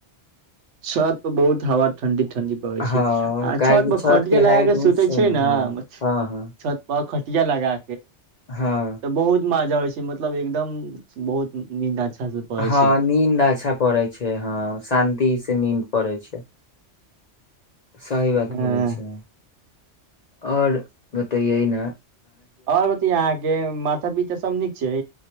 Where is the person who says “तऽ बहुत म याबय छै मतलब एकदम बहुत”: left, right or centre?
Right